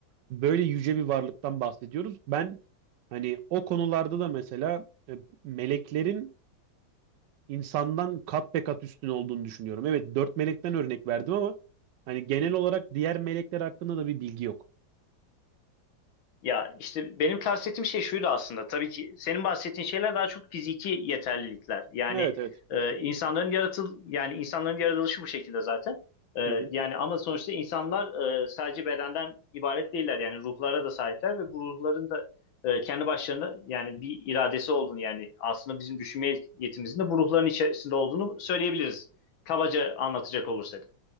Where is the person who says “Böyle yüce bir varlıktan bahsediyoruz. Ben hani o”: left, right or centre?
Right